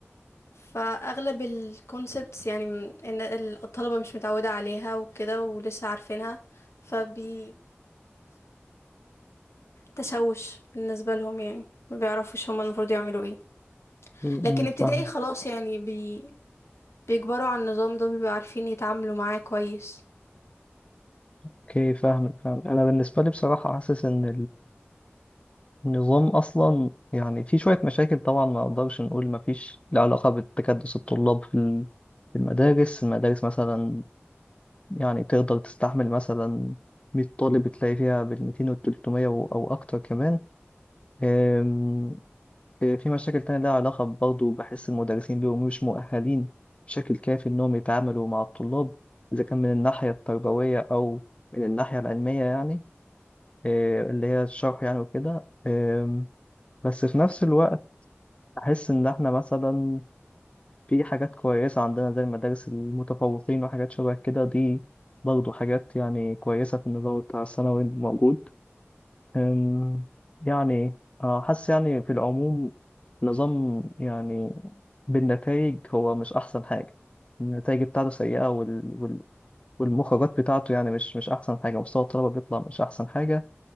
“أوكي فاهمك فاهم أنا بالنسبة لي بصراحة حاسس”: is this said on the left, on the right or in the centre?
Left